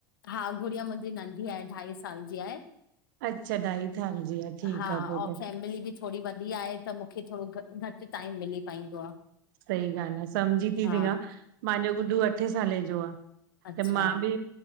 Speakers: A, on the left; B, on the right.
A: हा गुड़िया मुंहिंजी नंढी आहे, ढाई साल जी आहे।
B: अच्छा ढाई साल जी आहे, ठीक
A: हा
B: आहे पो
A: और
B: त।
A: फैमिली बि थोरी वॾी आहे त मुखे थोरो घ घटि टाइम मिली पाईंदो आहे।
B: सही ॻाल्हि आहे सम्झी थी
A: हा
B: सघां। मुंहिंजो गुॾो अठे साले जो आहे।
A: अच्छा
B: त मां बि